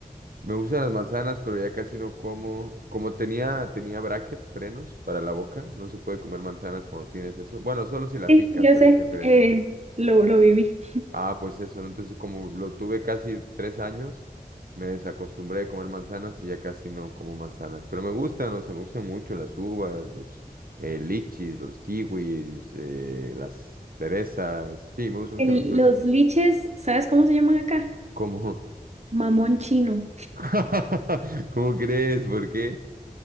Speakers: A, on the right (about 70°); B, on the right (about 45°).
A: me gustan las manzanas, pero ya casi no como. Como tenía, tenía brackets, frenos para la boca, no se puede comer manzanas cuando tienes eso. Bueno, solo si la
B: Sí,
A: picas,
B: yo
A: pero
B: sé,
A: qué pereza.
B: eh, lo, lo viví.
A: Ah, pues eso, ¿no? Entonces, como lo tuve casi tres años, me desacostumbré de comer manzanas y ya casi no como manzanas. Pero me gustan, o sea, me gustan mucho las uvas, los eh, lichis, los kiwis, eh, las cerezas. Sí, me gustan mucho
B: El-
A: las frutas.
B: los liches, ¿sabes cómo se llaman acá?
A: ¿Cómo?
B: Mamón chino.
A: <laughs> ¿Cómo crees? ¿Por qué?